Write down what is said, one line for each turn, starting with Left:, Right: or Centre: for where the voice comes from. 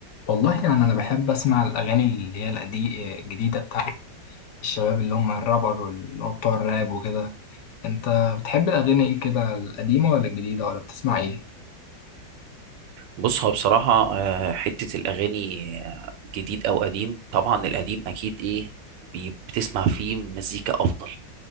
Left: والله يعني أنا بحب أسمع الأغاني اللي هي القديمة الجديدة بتاعت الشباب اللي هم الرابر واللي هو بتوع الراب وكده أنت بتحب الأغاني إيه كده القديمة ولا الجديدة ولا بتسمع إيه؟
Right: بص هو بصراحة آه، حتة الأغاني آه، جديد أو قديم طبعا القديم أكيد إيه بي- بتسمع فيه مزيكا أفضل